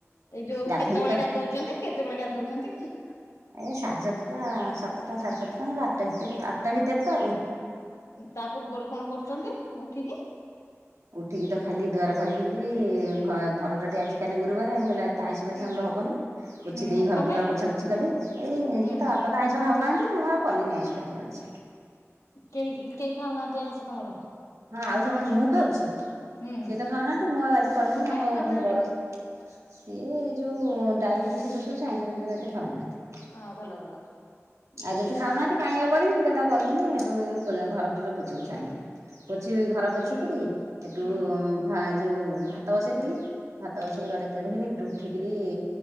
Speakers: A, on the left; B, on the right.
A: ଏଇ ଯୋଉ
B: ଗାଧେଇକି
A: କେତେବେଳେ
B: ତ
A: ଗାଧଉଛନ୍ତି, କେତେବେଳେ ଗାଧଉଛନ୍ତି କି?
B: ଏ ସାଢ଼େ ସାତଟା ସାତଟା ସାଢ଼େ ସାତଟା, ନହେଲେ ଆଠଟା ଭିତରେ ଆଠଟା ଭିତରେ ତ ଆଉ।
A: ତା ପୂର୍ବରୁ କଣ କରୁଛନ୍ତି ଉଠିକି?
B: ଉଠିକି ତ ଖାଲି ଦୁଆର ଖରିକିକିରି ଘ ଘରଟା ଟିକେ ଆଜିକାଲି ଗୁରୁବାର ଏମ କଲି ତ ଆଇଁସ ଫାଇଁସ
A: ହୁଁ
B: ଆମର ହବନି, ପୋଛି
A: ହୁଁ
B: ଦେଇ
A: ହୁଁ
B: ଘର
A: କଣ ପାଇଁ
B: ଫର ପୋଛା ପୋଛି କଲି। ଏଇଁଷୁ
A: ହୁଁ
B: ତ ବାପା ତ ଆଇଁଷ ଖାଉ ନାହାନ୍ତି, ମୁଁ ଆଉ କଲିନି ଆଇଁଷ ଫାଇଁଷ ହେରା କିଛି।
A: କେହି କେହି ଖାଉନାହାନ୍ତି ଆଇିଷ ତମର?
B: ହଁ ଆଉ ସମସ୍ତେ ମୁଁ ଖାଉଛି ସିଏ
A: ହୁଁ ହୁଁ
B: ତ ଖାଉନାହାନ୍ତି ମୁଁ ଆଉ ଆଜି କଲିନି
A: କଣ ପାଇଁ
B: ଆମ
A: ଖାଉନାହାନ୍ତି
B: ମୋ ବଡ। ସିଏ ଯୋଉ ଡାଇବେଟିସ ଦୋଷରୁ ସବୁ ଆଇଁଷ ଫାଁଇଁଷ ରା ଏତେ ଖାଉନାହାନ୍ତି।
A: ହଁ ଭଲ ଭଲ।
B: ଆଉ ଯଦି ଖାଉନାହାନ୍ତି କାଇଁ ଆଉ କରିବି, ମୁଁ କହିଲି ମୁଁ ଆ କଲିିନି, ସେଇଠୁ ମୁଁ ଘର ଫର ପୋଛିପୁଛା ଆଇଁଲି। ପୋଛି ଘର ପୋଛିକିରି ସେଠୁ
A: ହୁଁ
B: ଯୋଉ ଭାତ ବସେଇଦେଲି, ଭାତ
A: ହୁଁ
B: ବସେଇକି ଗଡେ <unintelligible> ସେଠୁ ଉଠିକିରି